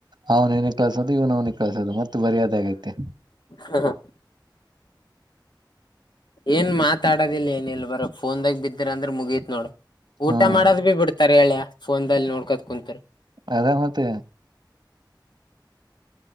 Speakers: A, on the right; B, on the left.
A: ಅವ್ನೇಏನ ಕಳಸೋದು ಇವ್ ಅವನಿಗೆ ಕಳ್ಸೋದು ಮತ್ತೆ ಬರ್ಯಾದಾಗೈತೆ
B: ಹಾ ಹಾ ಏನ್ ಮಾತಾಡೋದಿಲ್ಲ ಏನ ಇಲ್ ಬರ ಫನ್ದಾಗ ಬಿದ್ದ್ರ ಅಂದ್ರ ಮುಗಿಯತ್ ನೋಡ ಊಟ
A: ಹ್ಮ್
B: ಮಾಡೋದ್ ಭ ಬಿಡ್ತಾರೆ ಹೇಳ ಫೋನ್ಲ್ಲಿ ನೋಡ್ಕೋತ್ ಕುಂತ್ರು
A: ಅದ ಮತ್ತೆ